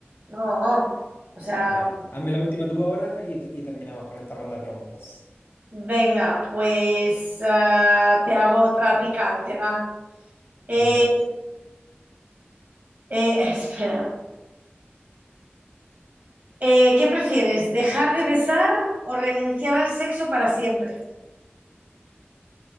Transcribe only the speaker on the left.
Ya. Hazme la última tú ahora y, y terminamos con esta ronda de preguntas.
Va.